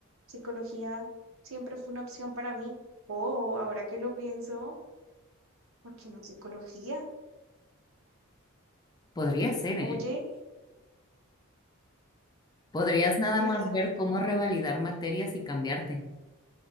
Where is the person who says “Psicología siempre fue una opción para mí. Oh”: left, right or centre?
Right